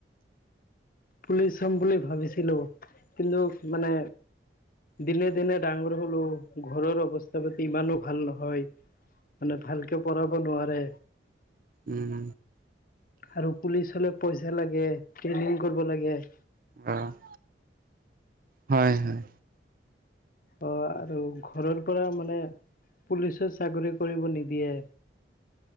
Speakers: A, on the left; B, on the right.
A: পুলিচ হম বুলি ভাবিছিলো, কিন্তু মানে দিনে-দিনে ডাঙৰ হ'লো, ঘৰৰ অৱস্থা-পাতি ইমানো ভাল নহয় মানে ভালকে পঢ়াব নোৱাৰে
B: উম
A: আৰু পুলিচ হ'লে পইচা লাগে, ট্ৰেনিং কৰিব লাগে
B: অ', হয় হয়।
A: অ' আৰু ঘৰৰ পৰা মানে- পুলিচো চাকৰি কৰিব নিদিয়ে